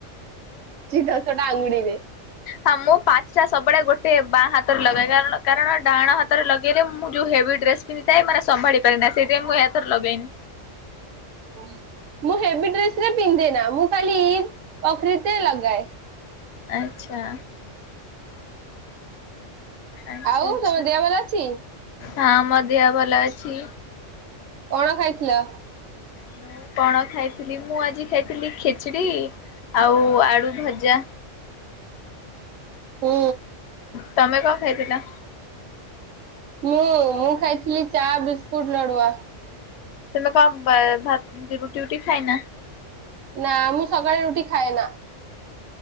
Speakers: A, on the right (about 80°); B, on the left (about 65°).
A: ଦଶଟା ଆଙ୍ଗୁଡିରେ।
B: ହଁ ମୁଁ ପାଞ୍ଚଟା ସବୁବେଳେ ଗୋଟେ ବାଁ ହାତରେ ଲଗେଇଏ କାର କଣ ଡାହାଣ ହାତରେ ଲଗେଇଲେ ମୁଁ ଯଉ ହେଭି ଡ୍ରେସ୍ ପିନ୍ଧିଥାଏ ମାନେ ସମ୍ଭାଳି ପାରାରେ ନାହି ସେଇ ଦେମୁ ଏଥର ଲଗେଇ!
A: ପୁଁ <unintelligible> ପଖରିିତେ ଲଗାଇ
B: ଆଚ୍ଛା। ଆଚ୍ଛା
A: ଆଉ
B: ଆଚ୍ଛା
A: ତମ ଦେହ ଭଲ ଅଛି।
B: ହଁ ମୋ ଦେହ ଭଲ ଅଛି।
A: କଣ ଖାଇଥିଲ?
B: ମୁଁ କଣ ଖାଇଥିଲି? ଥିଲି ମୁଁ ଆଜି ଖାଇଥିଲି ଖିଚିଡୀ ଆଉ ଆଳୁ ଭଜା।
A: ହୁଁ।
B: ତମେ କଣ ଖାଇଥିଲ?
A: ମୁଁ ମୁଁ ଖାଇଥିଲି ଚା ବିସ୍କୁଟ୍ ନଡୁଆ।
B: ତୁମେ କ ଭା-ଭାତ ରୁଟି ଫୁଟି ଖାଇ ନା?
A: ନା ମୁଁ ସକାଳେ ରୁଟି ଖାଏନା।